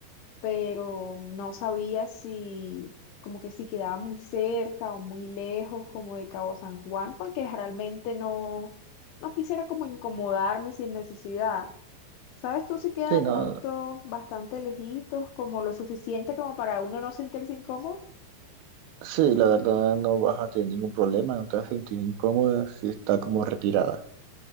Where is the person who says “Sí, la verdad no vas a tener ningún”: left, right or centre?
Right